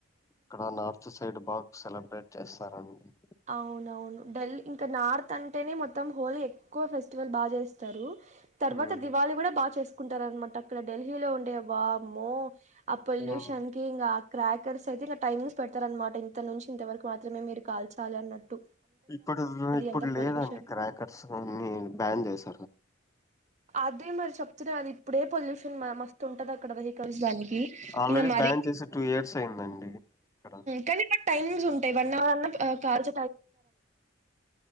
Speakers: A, on the left; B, on the right.
A: ఇక్కడ నార్థ సైడ్ బాగ సెలబ్రేట్ చేస్తారా మీరు
B: అవునవును ఢిల్లీ ఇంకా నార్త్ అంటేనే మొత్తం మొత్తం హోలీ ఎక్కువ ఫెస్టివల్ బాగా చేస్త తారు తర్వాత
A: ఉమ్,
B: దివాళి కూడా బాగా చేసుకుంటారు అనమాట అక్కడ ఢిల్లీలో ఉంటే వామ్మో ఆ పొల్యూషన్కి
A: ఉమ్.
B: కి ఇంకా క్రాకర్స్ అయితే ఇట్ల టైమింగ్స్ పెడతారన్నమాట ఇంత నుంచి ఇంతవరకు మాత్రమే మీరు కాల్చ తాలి అన్నట్టు
A: ఇప్పుడు ఇప్పుడు
B: అంత
A: లేదండి
B: పొల్యూషన్
A: క్రాకర్స్ అన్ని బ్యాన్ చేస్త
B: అదే మరి చెప్తునే అది ఇప్పుడే పొల్యూషన్ మస్తు ఉంటది అక్కడ వెహికల్స్ దానికి
A: ఆల్రెడీ
B: ఇంక మర
A: బ్యాన్ చేసి టూ ఇయర్స్ అయిందండి ఇక్కడ
B: కానీ టైమింగ్స్ ఉంటాయి వన్ హౌర్ అన్నా కాల్చ